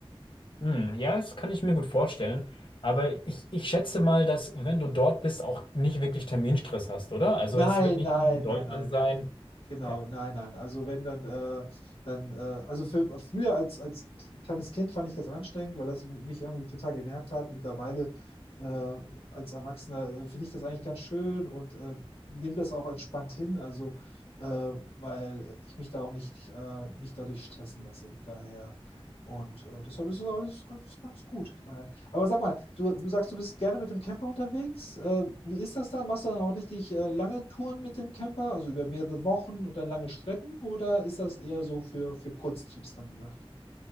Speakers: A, on the left; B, on the left.
A: Hm, ja, das kann ich mir gut vorstellen. Aber ich, ich schätze mal, dass, wenn du dort bist, auch nicht wirklich Terminstress hast, oder? Also
B: Nein,
A: es wird nicht
B: nein,
A: wie in Deutschland
B: nein, nein.
A: sein.
B: Genau,
A: Ja,
B: nein, nein. Also wenn dann, äh, dann, äh, also für, früher als, als kleines Kind fand ich das anstrengend, weil das mich irgendwie total genervt hat. Mittlerweile äh, als Erwachsener äh, finde ich das eigentlich ganz schön und äh, nehme das auch entspannt hin, also äh, weil ich mich da auch nicht, äh, nicht dadurch stressen lasse. Daher und äh, deshalb ist das alles ganz, ganz gut. Daher. Aber sag mal, du, du sagst, du bist gerne mit dem Camper unterwegs. Äh, wie ist das dann? Machst du dann auch richtig äh, lange Touren mit dem Camper, also über mehrere Wochen und dann lange Strecken? Oder ist das eher so für, für Kurztrips dann gedacht?